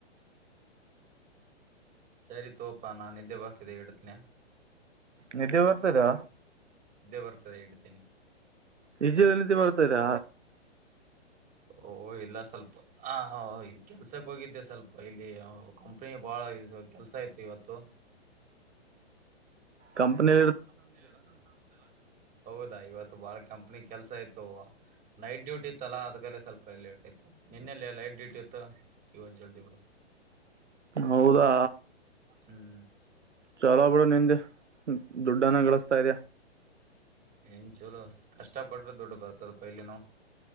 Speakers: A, on the right; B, on the right.
A: ಸರಿ ತೋಪ ನಾ ನಿದ್ದೆ ಬರ್ತಿದೆ ಹಿಡತನ್ಯ
B: ನಿಧಿ ಬರ್ತದಾ
A: ಇದ್ದೇ ಬರ್ತದೆ ಇಡ್ತೇನಿ
B: ನಿಜ ರತಿ ಬರ್ತರಾ
A: ಓಹ ಇಲ್ಲ ಸ್ವಲ್ಪ ಹಾ ಹ ಕೆಲ್ಸಕ್ ಹೋಗಿದ್ದೆ ಸ್ವಲ್ಪ ಇಲ್ಲಿ ಕಂಪ್ನಿ ಬಾಳ ಕೆಲ್ಸ ಆಯ್ತು ಇವತ್ತು
B: ಕಂಪನಿ
A: ಂ ಹೌದಾ ಇವತ್ತು ಬಾಳ ಕಂಪ್ನಿ ಕೆಲ್ಸ ಆಯ್ತು ನೈಟ್ ಡ್ಯೂಟಿ ಇತ್ತಲ್ಲಾ ಅದ್ಕ ಸ್ವಲ್ಪ ಲೇಟ್ ಆಯ್ತು ನಿನ್ನೆೆಯಲ್ಲಿ ಲೈಟ್ ಡ್ಯೂಟಿ ಇತ್ತು ಇವತ್ತು ಜಲ್ಿ
B: ಹೌದಾ
A: ಹ್ಮ್
B: ಚಲೋ ಬಿಡ ನಿ್ದೆ ದುಡ್ಡನ್ನ ಗಳಿಸಸ್ತಾ ಇದದೆ್ಯಾ
A: ಏನ್ ಚಲೋ ಕಷ್ಟ ಪಟ್ರೆ ದುಡ್ಡು ಬರ್ತದಪ್ಪ ಇಲ್ಲಿನು